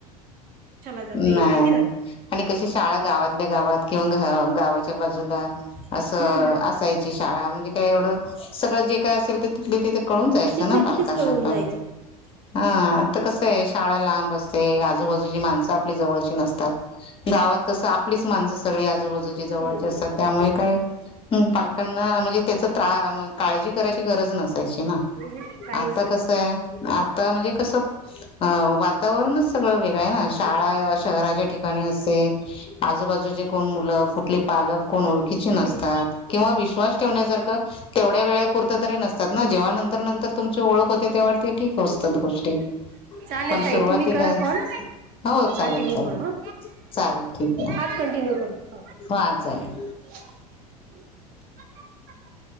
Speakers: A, on the right; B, on the left.
A: जाते
B: नाही
A: हे माहिती राहत
B: आणि कशी शाळा गावातल्या गावात किंवा गावाच्या बाजूला असं
A: हम्म
B: असायची शाळा म्हणजे काय एवढं सगळं जे काय असेल ते तिथल्या तिथे कळून जायचं
A: तिथल्या
B: पालकांना
A: तिथेच कळून
B: पण
A: जायचं
B: ह आता
A: असं
B: कस आहे शाळाला ते आजूबाजूची माणसं आपली जवळची नसतात गावात कसं आपलीच माणसं सगळी आजूबाजूला जवळचे
A: हम्म हम्म
B: असतात त्यामुळे काय ह पालकांना म्हणजे त्याच त्रास काळजी करायची गरज नसते चीना
A: हम्म, काहीच
B: आता
A: नाही
B: कसे आता म्हणजे वातावरण वातावरणच कसं सगळं वेगळं आहे ना, शाळा
A: हम्म
B: शहराच्या ठिकाणी असते. आजूबाजूचे कोण मुलं कुठले पालक कोण ओळखीचे नसतात
A: हम्म
B: किंवा विश्वास ठेवण्यासारखं तेवढ्या वेळेपुरत तरी नसतात ना.
A: हम्म,
B: जेव्हा नंतर नंतर तुमची ओळख होते, तेव्हा ते ठीक असतात गोष्टी
A: हम्म चालेल
B: पण
A: ताई.
B: सुरुवातीला
A: तुम्ही करा कॉल.
B: हो
A: कंटिन्यू
B: चालेल चालेल
A: करू हा.
B: चालेल ठीक आहे
A: हाच कंटिन्यू करू.
B: हा चालेल.
A: <unintelligible>